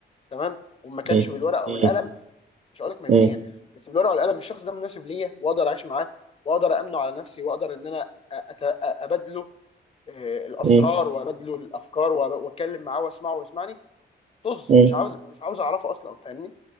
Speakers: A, on the left; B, on the right.
A: تمام وما كانش
B: مم.
A: بالورقه او
B: مم.
A: القلم مش هقول لك ماديا
B: مم.
A: بس بالورقه والقلم الشخص ده مناسب ليا واقدر اعيش معاه واقدر امنه على نفسي واقدر ان انا أت- ابادله آه، الاسرار
B: مم.
A: وابادله الافكار وأب- واتكلم معاه واسمعه ويسمعني طز
B: مم.
A: مش عاوز مش عاوز اعرفه اصلا فاهمني